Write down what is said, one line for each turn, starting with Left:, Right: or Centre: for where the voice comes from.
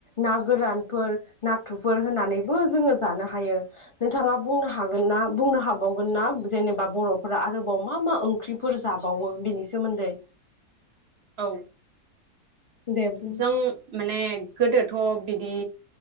Left: ना गोरानफोर नाथुरफोर होनानैबो जोंङो जानो हायो। नोंथाङा बुंनो हा गोनना बुंनो हाबावगोन ना जेनेबा बर'फोरा आरोबाव मा मा ओं ख्रिफोर जाबावो बेनि सोमोन्दै
Right: औ
Left: दे बुं
Right: जों माने गोदोथ' बिदि